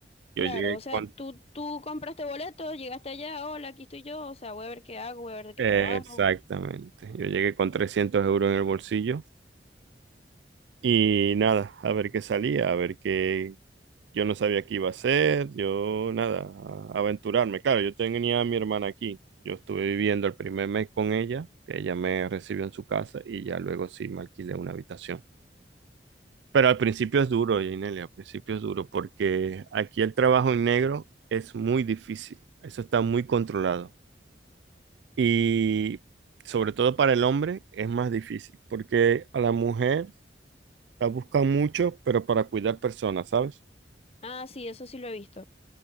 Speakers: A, on the right; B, on the left.
A: Yo
B: Claro,
A: llegué
B: o sea,
A: con,
B: tú, tú compraste boleto, llegaste allá, hola, aquí estoy yo, o sea, voy a ver qué hago, voy a ver de qué
A: exactamente,
B: trabajo.
A: yo llegué con 300 euros en el bolsillo y nada, a ver qué salía, a ver qué, Yo no sabía qué iba a hacer, yo nada, a- aventurarme. Claro, yo tenía a mi hermana aquí. Yo estuve viviendo el primer mes con ella, que ella me recibió en su casa y ya luego sí me alquilé una habitación. Pero al principio es duro, Ginelia, al principio es duro porque aquí el trabajo en negro es muy difícil. Eso está muy controlado. Y sobre todo para el hombre es más difícil porque a la mujer la buscan mucho, pero para cuidar personas, ¿sabes?
B: Ah, sí, eso sí lo he visto.